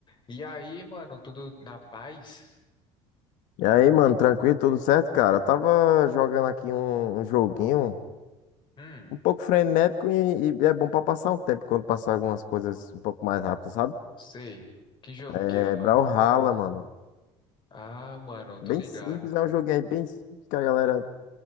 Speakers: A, on the left; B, on the left.
A: E aí, mano, tudo na paz?
B: E aí, mano, tranquilo, tudo certo, cara? Eu tava jogando aqui um, um joguinho
A: Hum,
B: um pouco frenético e, e é bom pra passar o tempo quando passar algumas coisas um pouco mais rápido, sabe?
A: sei. Que jogo
B: É
A: que é, mano?
B: Brawlhalla, mano.
A: Ah, mano, eu tô
B: Bem
A: ligado.
B: simples, é um joguinho aí bem simples que a galera